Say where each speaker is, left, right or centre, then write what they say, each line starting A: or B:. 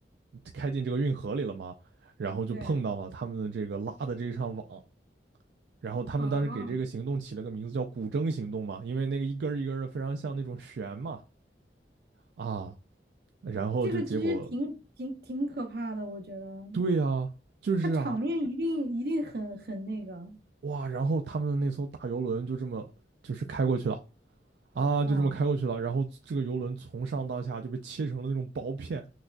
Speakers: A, on the right; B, on the right.
A: 开进这个运河里了吗？然后就碰到了他们的这个拉的这一上网，
B: 对
A: 然后他们当时给这个行动起了个名字叫“古筝行动”嘛，
B: 啊，
A: 因为那个一根一根的非常像那种弦嘛啊，然后就结果
B: 这个其实挺挺挺可怕的，我觉得
A: 对啊，就是啊，
B: 他场面一定一定很很那个
A: 哇，然后他们的那艘大游轮就这么就是开过去了啊，
B: 啊，
A: 就这么开过去了，然后这个游轮从上到下就被切成了那种薄片，